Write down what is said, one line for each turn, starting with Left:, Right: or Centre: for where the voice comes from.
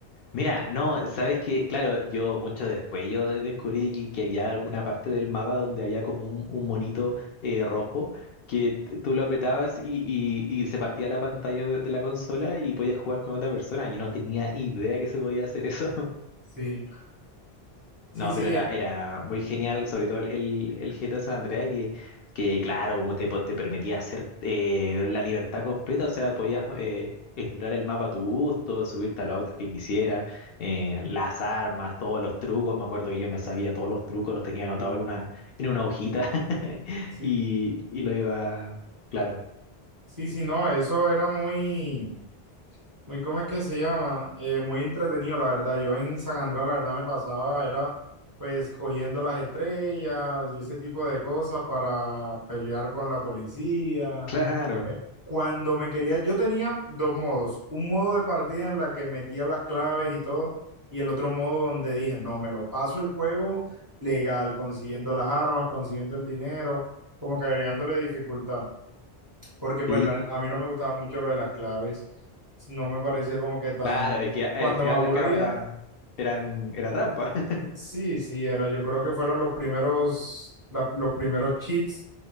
Left: Mira, no, sabes que, claro, yo mucho después yo descubrí que, que había alguna parte del mapa donde había como un, un monito eh, rojo que t- tú lo apretabas y, y- y se partía la pantalla de, de la consola y podías jugar con otra persona. Yo no tenía idea que se podía hacer eso.
Right: Sí, sí,
Left: No,
Right: sí,
Left: pero era,
Right: eh,
Left: era muy genial, sobre todo el, el, el GTA San Andreas, que, que claro, te, po- te permitía hacer eh, la libertad completa, o sea, podías eh, explorar el mapa a tu gusto, subirte a los autos que quisieras, eh, las armas, todos los trucos, me acuerdo que yo me sabía todos los trucos, los tenía anotados
Right: sí,
Left: en una, en una hojita <laughs>
Right: sí,
Left: y, y lo iba, claro,
Right: sí, sí, no, eso era muy... Muy, ¿cómo es que se llama? Eh, muy entretenido, la verdad. Yo en San Andrés, la verdad, me pasaba, era pues cogiendo las estrellas y ese tipo de cosas para pelear con la policía.
Left: claro,
Right: Eh, cuando me quería, yo tenía dos modos. Un modo de partida en la que metía las claves y todo, y el otro modo donde dije, no, me lo paso el juego legal, consiguiendo las armas, consiguiendo el dinero, como que agregándole dificultad porque pues
Left: sí,
Right: la- a mí no me gustaba mucho lo de las claves, no me parecía como que tan,
Left: claro, es que al
Right: cuando
Left: final
Right: me aburría,
Left: la cabo era, eran, era trampa. <laughs>
Right: sí, sí, era, yo creo que fueron los primeros, la- los primeros cheats